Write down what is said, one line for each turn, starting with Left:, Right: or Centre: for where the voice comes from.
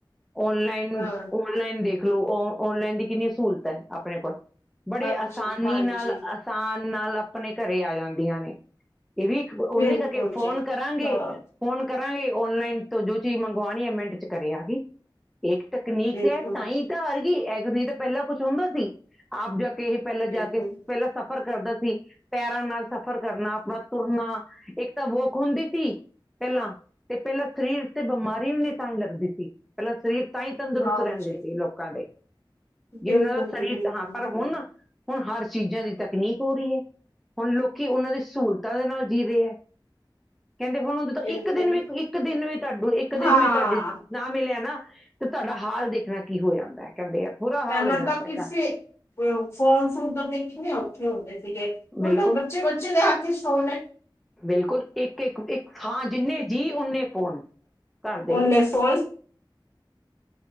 Centre: ਓਨਲਾਈਨ,
Left: ਹਾਂ
Centre: ਓਨਲਾਈਨ ਦੇਖ ਲੋ ਓਨ, ਓਨਲਾਈਨ ਦੀ ਕਿੰਨੀ ਸਹੂਲਤ ਐ ਆਪਣੇ ਕੋਲ। ਬੜੇ
Left: ਹਾਂਜੀ
Centre: ਆਸਾਨੀ
Left: ਹਾਂਜੀ
Centre: ਨਾਲ, ਆਸਾਨ ਨਾਲ ਅਪਨੇ ਘਰੇ ਆ ਜਾਂਦੀਆਂ ਨੇ ਏ ਵੀ ਓਂਦੇ
Left: ਬਿਲਕੁਲ
Centre: ਕਰਕੇ ਫੋਨ
Left: ਜੀ
Centre: ਕਰਾਂਗੇ
Left: ਹਾਂ।
Centre: ਫੋਨ ਕਰਾਂਗੀ ਓਨਲਾਈਨ ਤੋਂ ਜੋ ਚੀਜ਼ ਮੰਗਵਾਣੀ ਹੈ ਮਿੰਟ 'ਚ ਘਰੇ ਆਗੀ ਇੱਕ ਟੱਕਨੀਕਜ਼
Left: ਬਿਲਕੁਲ,
Centre: ਹੈ, ਤਾਂ ਹੀ ਤਾਂ ਹਰ ਗਈ ਐ ਟੱਕਨੀਕਜ਼ ਤਾਂ ਪਹਿਲਾਂ ਕੁਛ ਹੁੰਦਾ ਸੀ ਆਪ ਜਾ ਕੇ ਇਹ ਪਹਿਲਾਂ ਜਾ
Left: ਬਿਲਕੁਲ।
Centre: ਕੇ, ਪਹਿਲਾਂ ਸਫ਼ਰ ਕਰਦਾ ਸੀ, ਪੈਰਾਂ ਨਾਲ ਸਫ਼ਰ ਕਰਨਾ ਆਪਣਾ ਤੁਰਨਾ ਇੱਕ ਤਾਂ ਵੋਕ ਹੁੰਦੀ ਸੀ। ਪਹਿਲਾਂ ਤੇ ਪਹਿਲਾਂ ਸਰੀਰ ਤੇ ਬਮਾਰੀ ਵੀ ਤਾਂਈ ਲੱਗਦੀ ਸੀ ਪਹਿਲਾਂ ਸਰੀਰ ਤਾਂ ਹੀ ਤੰਦਰੁਸਤ
Left: ਹਾਂਜੀ,
Centre: ਰਹਿੰਦੇ ਸੀ ਲੋਕਾਂ ਦੇ, ਜੇ
Left: ਬਿਲਕੁਲ
Centre: ਓਨਾਂ ਦਾ
Left: ਜੀ
Centre: ਸਰੀਰ
Left: ਬਿਲਕੁਲ,
Centre: ਹਾਂ ਪਰ ਹੁਨ ਹੁਨ ਹਰ ਚੀਜ਼ਾਂ ਦੀ ਤਕਨੀਕ ਹੋ ਰੀ ਐ, ਹੁਨ ਲੋਕੀ ਓਨਾਂ ਦੀ ਸਹੂਲਤਾਂ ਦੇ ਨਾਲ ਜੀ ਰਹੇ ਐ। ਕਹਿੰਦੇ ਹੁਨ ਓ ਜਦੋਂ
Left: ਬਿਲਕੁਲ।
Centre: ਇੱਕ ਦਿਨ ਵੀ, ਇੱਕ ਦਿਨ ਵੀ ਤੁਹਾਡੂੰ ਇੱਕ
Left: ਹਾਂ,
Centre: ਦਿਨ ਵੀ ਤੁਹਾਡੀੇ ਨਾ ਮਿਲਿਆ ਨਾ ਤੇ ਤਾਡਾ ਹਾਲ ਦੇਖਨਾ ਕੀ ਹੋ ਜਾਂਦਾ ਐ ਕਹਿੰਦੇ ਆ ਬੁਰਾ
Left: ਪਹਿਲਾਂ
Centre: ਹਾਲ ਹੋ ਜਾਂਦਾਗਾ।
Left: ਤਾਂ ਕਿਸੇ <unintelligible> ਫੋਨ ਫੂਨ ਕਰਨੇ ਕਿੰਨੇ ਔਖੇ ਹੁੰਦੇ ਸੀਗੇ। ਹੂੰਨ
Centre: ਬਿਲਕੁਲ
Left: ਤਾਂ ਬੱਚੇ-ਬੱਚੇ ਦੇ ਹੱਥ 'ਚ ਫੋਨ ਏ।
Centre: ਬਿਲਕੁਲ, ਇੱਕ, ਇੱਕ, ਇੱਕ ਹਾਂ ਜਿੰਨੇ ਜੀ ਓਨੇ ਫੋਨ। ਘਰ ਦੇ
Left: ਓਨੇ
Centre: ਵਿੱਚ
Left: ਫੋਨ।